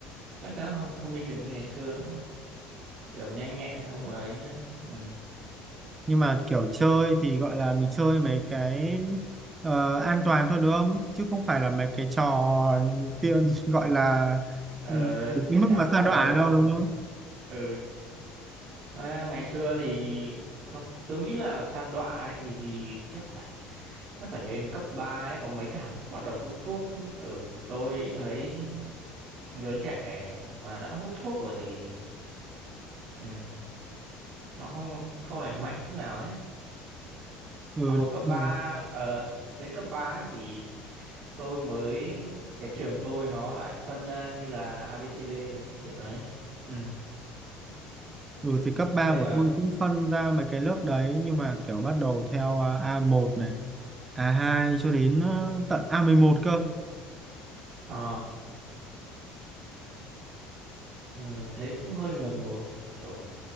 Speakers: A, on the right (about 60°); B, on the right (about 25°).
A: chắc chắn là không thông minh được như ngày xưa nữa kiểu nhanh nhẹn không ấy nữa ừ.
B: nhưng mà kiểu chơi thì gọi là mình chơi mấy cái ờ, an toàn thôi đúng không chứ không phải là mấy cái trò tiên <laughs> gọi là
A: Ờ,
B: ừ, đến cái
A: chắc
B: mức
A: chắn
B: mà sa
A: rồi
B: đọa
A: không
B: đâu đúng không
A: ừ À, ngày xưa thì không tôi nghĩ là sa đọa hay gì gì chắc phải chắc phải lên cấp 3 ấy có mấy thằng bắt đầu hút thuốc ở tôi thấy giới trẻ mà đã hút thuốc rồi thì ừ, nó không không lành mạnh chút nào hết
B: ừ
A: mà hồi
B: đúng
A: cấp
B: rồi.
A: ba ờ, lên cấp 3 ấy thì tôi mới cái trường tôi nó lại phân ra như là A ABCD đấy kiểu đấy ừ.
B: ừ thì cấp 3
A: nên
B: của
A: là
B: tôi cũng phân ra mấy cái lớp đấy nhưng mà kiểu bắt đầu theo à, a một này a hai cho đến ờ, tận a mười một cơ
A: ờ, ừ, thế cũng hơi ngược ngược nhỉ, kiểu